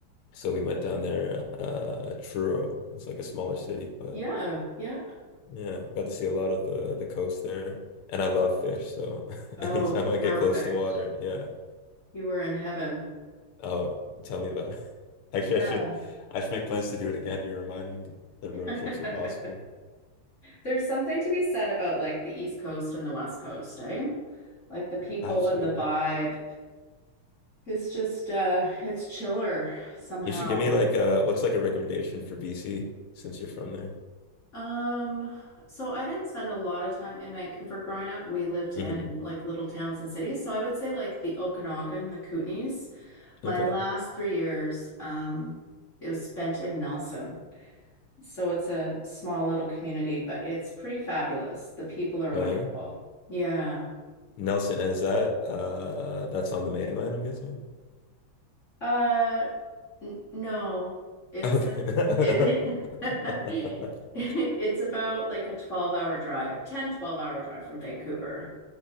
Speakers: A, on the left; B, on the left.
A: So we went down there, uh, Truro. It's like a smaller city, but
B: Yeah, yeah.
A: yeah, got to see a lot of the the coast there. And I love fish, so <laughs>
B: Oh,
A: anytime I get
B: perfect.
A: close to water, yeah,
B: You were in heaven.
A: Oh, tell me about it. <laughs> Actually,
B: Yeah.
A: I should I should make plans to do it again. You're reminding me that
B: <laughs>
A: road trips are possible.
B: There's something to be said about like the East Coast and the West Coast, eh? Like the people
A: Absolutely.
B: and the vibe. It's just uh it's chiller somehow.
A: You should give me like uh what's like a recommendation for BC since you're from there.
B: Um, so I didn't spend a lot of time in Vancouver growing up. We lived in
A: hmm
B: like little towns and cities. So I would say like the Okanagan, the Kootenays. My
A: Okay.
B: last three years, um, it was spent in Nelson. So it's a small little community, but it's pretty fabulous. The people are wonderful.
A: Oh yeah.
B: Yeah.
A: Nelson, and is that uh that's on the mainland, I'm guessing?
B: Uh, n no, it's
A: Okay.
B: like it,
A: <laughs>
B: <laughs> it's about like a 12 hour drive, ten, twelve hour drive from Vancouver.